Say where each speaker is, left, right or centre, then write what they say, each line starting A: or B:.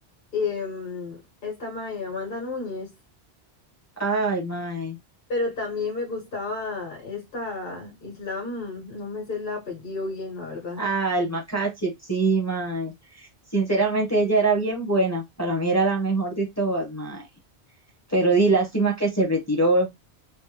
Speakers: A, on the left; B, on the left.
A: em, esta mae, Amanda Núñez.
B: Ay, mae.
A: Pero también me gustaba esta Islam, no me sé el apellido bien, la verdad.
B: Ah, el Makachev, sí, mae. Sinceramente ella era bien buena. Para mí era la mejor de todas, mae. Pero di lástima que se retiró.